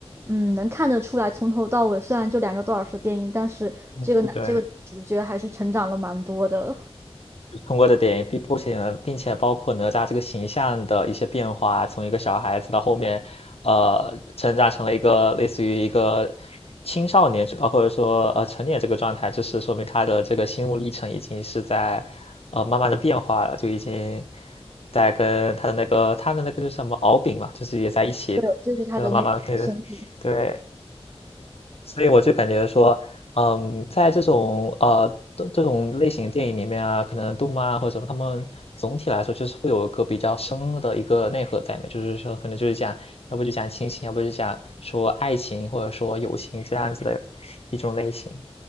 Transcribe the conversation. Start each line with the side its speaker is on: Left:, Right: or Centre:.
Right: 嗯，能看得出来，从头到尾虽然就两个多小时的电影，但是这个男这个主角还是成长了蛮多的。
Left: 嗯，对，通过的点并不仅并且包括哪吒这个形象的一些变化，从一个小孩子到后面，呃，成长成了一个类似于一个青少年，呃，或者说呃成年这个状态，就是说明他的这个心路历程已经是在呃慢慢的变化了，就已经在跟他的那个他的那个就是什么敖丙嘛，就是也在一起的，
Right: 对，就是他的那个兄弟。
Left: 呃，慢慢对对。所以我就感觉说，嗯，在这种呃这这种类型的电影里面啊，可能动漫啊或者什么，他们总体来说就是会有一个比较深的一个内核在里面，就是说可能就是讲，要不就讲亲情，要不就讲说爱情或者说友情这样子的一种类型。